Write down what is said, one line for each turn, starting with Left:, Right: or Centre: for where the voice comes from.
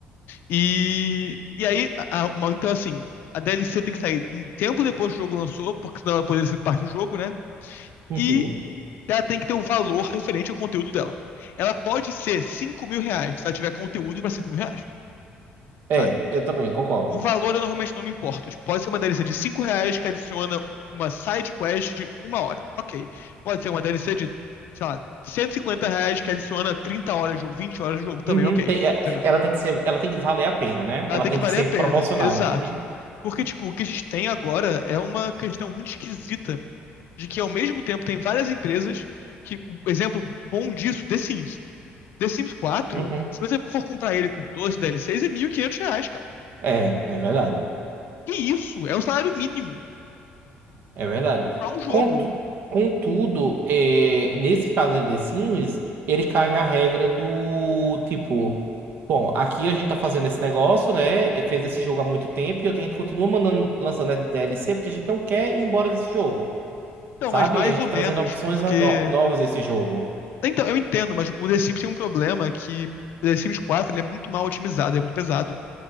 Left: E, e aí, a- a- então assim, a DLC tem que sair um tempo depois que o jogo lançou, porque senão ela poderia ser parte do jogo, né?
Right: Uhum.
Left: E ela tem que ter o valor referente ao conteúdo dela. Ela pode ser 5 mil reais, se ela tiver conteúdo pra 5 mil reais,
Right: É,
Left: sabe?
Right: eu também concordo.
Left: O valor eu normalmente não me importo. Tipo, pode ser uma DLC de 5 reais que adiciona uma side quest de uma hora. Ok. Pode ser uma DLC de, sei lá, 150 reais que adiciona 30 horas de jogo, 20 horas de jogo também,
Right: Uhum,
Left: ok.
Right: tem- é-
Left: Entendeu?
Right: é- ela tem que ser, ela tem que valer a pena, né?
Left: Ela
Right: Ela
Left: tem
Right: tem
Left: que valer
Right: que ser
Left: a pena.
Right: proporcional.
Left: Exato.
Right: Uhum,
Left: Porque, tipo, o que a gente tem agora é uma questão muito esquisita de que, ao mesmo tempo, tem várias empresas que, um exemplo bom disso, The Sims. The Sims quatro.
Right: uhum.
Left: se você for comprar ele com 12 DLCs, é 1.500 reais, cara.
Right: É, é verdade.
Left: Que isso? É o salário mínimo
Right: É verdade.
Left: pra um jogo.
Right: Contu- Contudo, é, nesse caso de The Sims, ele cai na regra do tipo, bom, aqui a gente tá fazendo esse negócio, né? e Fez esse jogo há muito tempo e a gente continua mandando, lançando DLC porque a gente não quer ir embora desse jogo,
Left: Então,
Right: sabe?
Left: mas mais
Right: A gente
Left: ou
Right: tá
Left: menos,
Right: trazendo opções
Left: porque.
Right: a no- novas desse jogo.
Left: Então, eu entendo, mas o The Sims tem um problema que o The Sims 4 ele é muito mal otimizado, ele é muito pesado.